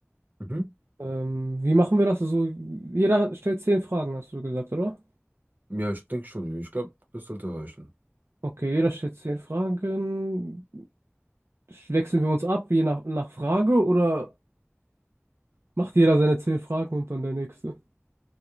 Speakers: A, on the right (about 40°); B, on the right (about 60°).
A: Mhm.
B: Ähm, wie machen wir das? Also, jeder stellt zehn Fragen, hast du gesagt, oder?
A: Ja, ich denke schon. Ich glaube, das sollte reichen.
B: Okay, jeder stellt zehn Fragen. Wechseln wir uns ab, je nach, nach Frage, oder macht jeder seine zehn Fragen und dann der nächste?